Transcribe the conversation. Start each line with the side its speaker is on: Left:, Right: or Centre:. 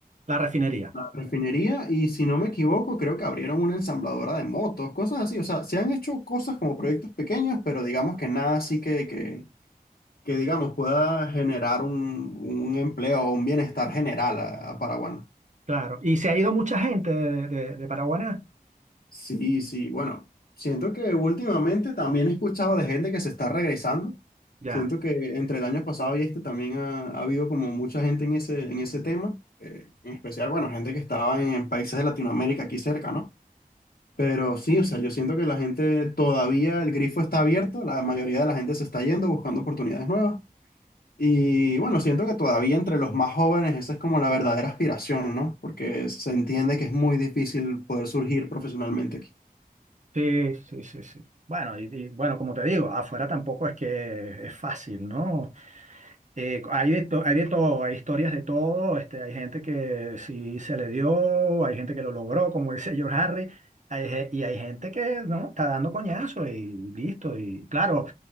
Right: La refinería,
Left: la refinería y si no me equivoco creo que abrieron una ensambladora de motos, cosas así. O sea, se han hecho cosas como proyectos pequeños, pero digamos que nada así que, que, que digamos pueda generar un, un empleo o un bienestar general a, a Paraguay. ¿no?
Right: claro. Y se ha ido mucha gente de, de, de Paraguaná.
Left: Sí, sí, bueno, siento que últimamente también he escuchado de gente que se está regresando.
Right: Ya.
Left: Siento que entre el año pasado y este también ha, ha habido como mucha gente en ese, en ese tema, eh, en especial, bueno, gente que estaba en, en países de Latinoamérica aquí cerca, ¿no? Pero sí, o sea, yo siento que la gente todavía, el grifo está abierto, la mayoría de la gente se está yendo buscando oportunidades nuevas. Y bueno, siento que todavía entre los más jóvenes esa es como la verdadera aspiración, ¿no? Porque se entiende que es muy difícil poder surgir profesionalmente aquí.
Right: Sí, sí, sí, sí. Bueno, y, y bueno, como te digo, afuera tampoco es que es fácil, ¿no? Eh, hay de to- hay de todo, hay historias de todo, este, hay gente que sí se le dio, hay gente que lo logró, como dice <laughs> George Harry, hay ge- y hay gente que no, está dando coñazo y listo. Y claro,